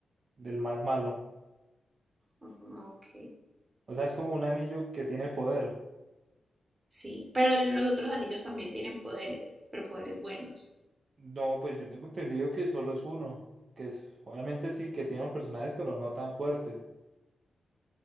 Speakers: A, on the right; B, on the right.
A: del más malo.
B: Ajá, ok.
A: O sea, es como un anillo que tiene poder.
B: Sí, pero los otros anillos también tienen poderes, pero poderes buenos.
A: No, pues yo tengo entendido que solo es uno, que es, obviamente sí que tiene los personajes, pero no tan fuertes.